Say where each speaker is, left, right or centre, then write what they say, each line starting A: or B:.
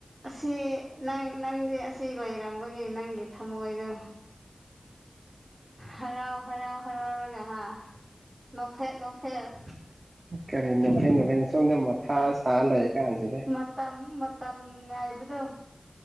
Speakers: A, on the right; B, on the right.
A: ꯑꯁꯤ ꯅꯪ ꯅꯪꯗꯤ ꯑꯁꯤ ꯂꯩꯔꯝꯕꯒꯤ ꯅꯪꯒꯤ ꯊꯃꯣꯏꯗꯣ ꯍꯔꯥꯎ ꯍꯔꯥꯎ ꯍꯔꯥꯎꯔꯒ ꯍꯥ ꯅꯣꯛꯐꯦꯠ ꯅꯣꯛꯐꯦꯠ
B: ꯀꯔꯤ ꯅꯨꯄꯤ ꯅꯨꯄꯤ ꯁꯣꯝꯗ ꯃꯊꯥ ꯁꯥꯔ ꯂꯩ ꯀꯥꯟꯁꯤ
A: ꯃꯇꯝ ꯃꯇꯝ ꯉꯥꯏꯕꯗꯣ